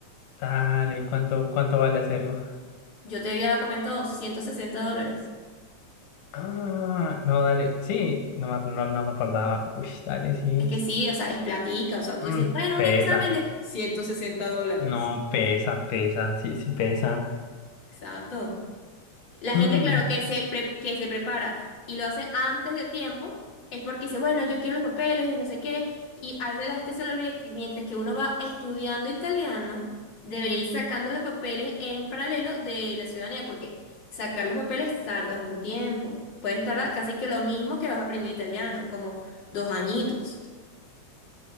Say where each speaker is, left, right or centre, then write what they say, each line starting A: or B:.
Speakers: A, on the left (about 85°); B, on the left (about 40°).
A: Dale, ¿cuánto, cuánto vale hacerlo?
B: Yo te había comentado 160 dólares.
A: Ah, no, dale. Sí, no, me- no, no me acordaba. Uy, dale, sí.
B: Es que sí, o sea, es platica, o sea, tú
A: Mm,
B: dices, bueno,
A: pesa.
B: un examen de ciento sesenta dólares.
A: No, pesa, pesa. Sí, sí, pesa.
B: Exacto. La
A: Mm,
B: gente, claro, que se, pre- que se prepara y lo hace antes de tiempo, es porque dice, bueno, yo quiero los papeles y no sé qué. Y a veces la gente se le olvida que mientras que uno va estudiando italiano, debería ir sacando los papeles en paralelo de la ciudadanía, porque sacar los papeles tardas un tiempo. Puedes tardar casi que lo mismo que vas a aprender italiano, como dos añitos.